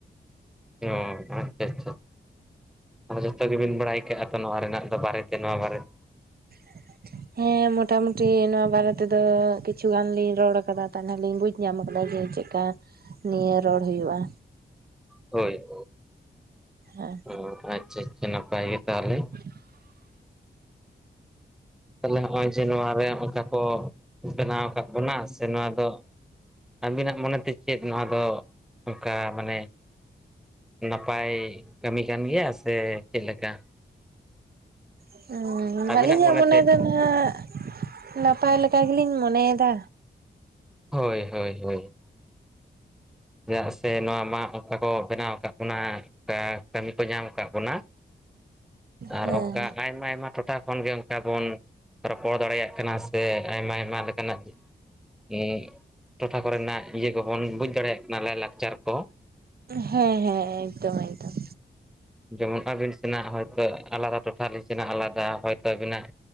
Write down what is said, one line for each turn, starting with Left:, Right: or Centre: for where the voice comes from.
Centre: ᱚ ᱟᱪᱪᱷᱟ ᱟᱪᱪᱷᱟᱪᱷᱟ᱾ ᱟᱫᱚ ᱡᱷᱚᱛᱚ ᱜᱮᱵᱤᱱ ᱵᱟᱲᱟᱭ ᱠᱟᱜᱼᱟ ᱛᱚ ᱱᱚᱣᱟ ᱨᱮᱱᱟᱜ ᱫᱚ ᱵᱟᱨᱮᱛᱮ ᱱᱚᱣᱟ ᱵᱟᱨᱮᱛᱮ
Right: <inaudible> ᱦᱮᱸ ᱢᱚᱴᱟᱢᱩᱴᱤ ᱱᱚᱣᱟ ᱵᱟᱨᱮ ᱛᱮᱫᱚ ᱠᱤᱪᱷᱩ ᱜᱟᱱ ᱞᱤᱧ ᱨᱚᱲ ᱟᱠᱟᱫᱟ ᱛᱟᱦᱞᱮ ᱞᱤᱧ ᱵᱩᱡ ᱧᱟᱢ ᱟᱠᱟᱫᱟ ᱡᱮ ᱪᱮᱫᱠᱟ ᱱᱤᱭᱟᱹ ᱨᱚᱲ ᱦᱩᱭᱩᱜᱼᱟ᱾
Centre: ᱦᱳᱭ
Right: ᱦᱮᱸ
Centre: ᱦᱳᱭ ᱟᱪᱪᱷᱟ ᱟᱪᱪᱷᱟ ᱱᱟᱯᱟᱭ ᱜᱮ ᱛᱟᱦᱮᱞᱮ
Right: <inaudible>
Centre: ᱛᱟᱦᱚᱞᱮ ᱱᱚᱜᱼᱚᱭ ᱡᱮ ᱱᱚᱣᱟ ᱨᱮ ᱚᱱᱠᱟ ᱠᱚ ᱵᱮᱱᱟᱣ ᱟᱠᱟᱫ ᱵᱚᱱᱟ ᱥᱮ ᱱᱚᱣᱟ ᱫᱚ ᱟᱹᱵᱤᱱᱟᱜ ᱢᱚᱱᱮᱛᱮ ᱪᱮᱫ ᱱᱚᱣᱟ ᱫᱚ ᱚᱱᱠᱟ ᱢᱟᱱᱮ, ᱱᱟᱯᱟᱭ ᱠᱟᱹᱢᱤ ᱠᱟᱱ ᱜᱮᱭᱟ ᱥᱮ ᱪᱮᱫ ᱞᱮᱠᱟ
Right: <unintelligible>
Centre: ᱟᱹᱵᱤᱱᱟᱜ
Right: ᱟᱹᱞᱤᱧᱟᱜ
Centre: ᱢᱚᱱᱮᱛᱮ
Right: ᱢᱚᱱᱮ ᱫᱚ ᱱᱟᱦᱟᱜ ᱱᱟᱯᱟᱭ ᱞᱮᱠᱟ ᱜᱮᱞᱤᱧ ᱢᱚᱱᱮᱭᱮᱫᱟ᱾
Centre: ᱦᱳᱭ ᱦᱳᱭ ᱦᱳᱭ᱾ ᱪᱮᱫᱟᱜ ᱥᱮ ᱱᱚᱣᱟ ᱢᱟ ᱚᱱᱠᱟ ᱠᱚ ᱵᱮᱱᱟᱣ ᱟᱠᱟᱫ ᱵᱚᱱᱟ ᱠᱟᱹᱢᱤ ᱠᱚ ᱧᱟᱢ ᱟᱠᱟᱫ ᱵᱚᱱᱟ ᱟᱨ
Right: ᱦᱮᱸ
Centre: ᱚᱱᱠᱟ ᱟᱭᱢᱟ ᱟᱭᱢᱟ ᱴᱚᱴᱷᱟ ᱠᱷᱚᱱ ᱜᱮ ᱚᱱᱠᱟ ᱵᱚᱱ ᱨᱚᱯᱚᱲ ᱫᱟᱲᱮᱭᱟᱜᱼᱟ᱾ ᱠᱟᱱᱟ ᱥᱮ ᱟᱭᱢᱟ ᱟᱭᱢᱟ ᱞᱮᱠᱟᱱᱟᱜ ᱦᱩ ᱴᱚᱴᱷᱟ ᱠᱚᱨᱮᱱᱟᱜ ᱤᱭᱟᱹ ᱠᱚᱵᱚᱱ ᱵᱩᱡᱽ ᱫᱟᱲᱮᱭᱟᱜ ᱠᱟᱱᱟ ᱞᱟᱭᱼᱞᱟᱠᱪᱟᱨ ᱠᱚ᱾
Right: ᱦᱮᱸ ᱦᱮᱸ ᱮᱠᱫᱚᱢ ᱮᱠᱫᱚᱢ᱾
Centre: ᱡᱮᱢᱚᱱ ᱟᱹᱵᱤᱱ ᱥᱮᱱᱟᱜ ᱦᱚᱳᱭᱛᱳ ᱟᱞᱟᱫᱟ ᱴᱚᱴᱷᱟ ᱟᱞᱤᱧ ᱥᱮᱱᱟᱜ ᱟᱞᱟᱫᱟ ᱦᱚᱳᱭᱛᱳ ᱟᱹᱵᱤᱱᱟᱜ